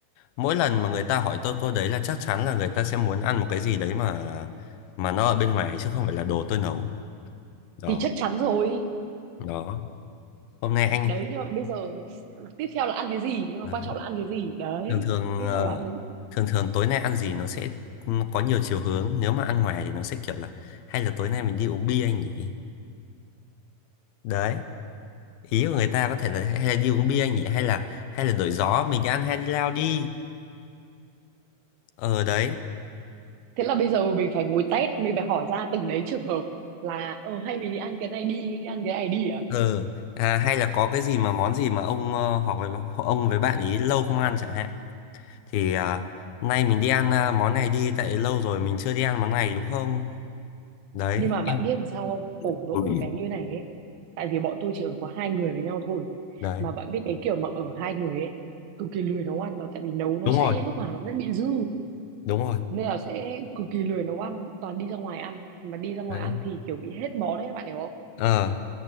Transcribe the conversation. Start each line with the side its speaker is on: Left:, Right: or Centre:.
Left: Mỗi lần mà người ta hỏi tôi câu đấy là chắc chắn là người ta sẽ muốn ăn một cái gì đấy mà mà nó ở bên ngoài chứ không phải là đồ tôi nấu đó
Right: thì chắc chắn rồi
Left: đó hôm nay
Right: đấy
Left: anh
Right: nhưng mà bây giờ s- tiếp theo là ăn cái gì nhưng
Left: đấy.
Right: mà quan trọng là ăn cái gì đấy
Left: thường thường
Right: tiếp
Left: ờ,
Right: theo là ăn cái gì.
Left: thường thường tối nay ăn gì nó sẽ có nhiều chiều hướng nếu mà ăn ngoài thì nó sẽ kiểu là hay là tối nay mình đi uống bia anh nhỉ đấy ý của người ta có thể là hay là đi uống bia anh nhỉ hay là hay là đổi gió mình đi ăn hai đi lao đi ờ đấy
Right: thế là bây giờ mình phải ngồi test mình phải hỏi ra từng đấy trường hợp là ờ hay mình đi ăn cái này đi đi ăn cái này đi à
Left: ừ à, hay là có cái gì mà món gì mà ông ờ, hoặc là ông với bạn ý lâu không ăn chẳng hạn thì à, nay mình đi ăn à, món này đi tại lâu rồi mình chưa đi ăn món này đúng không đấy
Right: nhưng mà bạn
Left: em
Right: biết làm sao không khổ nỗi
Left: Ừ.
Right: một cái như này ấy tại vì bọn tôi chỉ ở có hai người với nhau thôi
Left: đấy
Right: mà bạn biết cái kiểu mà ở hai người ấy cực kỳ lười nấu ăn là tại vì nấu nó
Left: đúng
Right: sẽ
Left: rồi
Right: lúc nào nó cũng sẽ bị dư
Left: đúng rồi
Right: nên là sẽ cực kỳ lười nấu ăn toàn đi ra ngoài ăn mà đi ra ngoài
Left: đấy
Right: ăn thì kiểu bị hết món đấy, bạn hiểu không
Left: ờ